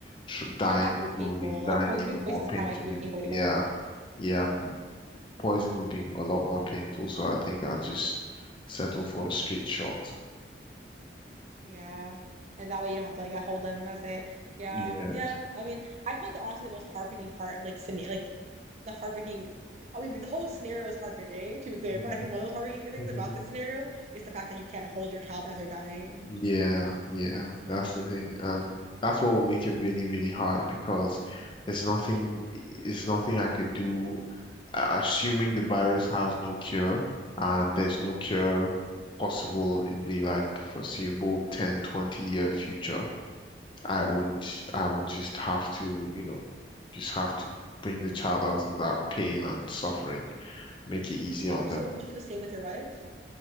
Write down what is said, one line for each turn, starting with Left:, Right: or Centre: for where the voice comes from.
Left: tr dying
Right: Yeah, that could be painful.
Left: slowly, dying
Right: Like poison
Left: even
Right: being poisoned
Left: more painfully.
Right: is kind of like could be a painful way
Left: Yeah,
Right: to go.
Left: yeah, poison will be a lot more painful, so I think I'll just settle for a straight shot.
Right: Yeah. And that way you don't have to like yeah, hold them as it. Yeah.
Left: Yeah.
Right: Yeah. I mean, I feel like the honestly the most heartbreaking part, like scena- like the heartbreaking I mean the whole scenario is heartbreaking, to be clear.
Left: Mhm.
Right: But I think one of those heartbreaking things
Left: <laughs>
Right: about this scenario is the fact that you can't hold your child as they're dying,
Left: Yeah, yeah,
Right: you
Left: that's
Right: know?
Left: the thing. Um, that's what will make it really, really hard because there's nothing, there's nothing I could do, uh, assuming the virus has no cure and there's no cure possible in the like foreseeable 10, 20 year future. I would, I would just have to, you know, just have to bring the child out of that pain and suffering, make it easy
Right: What
Left: on
Right: would
Left: them.
Right: so would you do the same with your wife?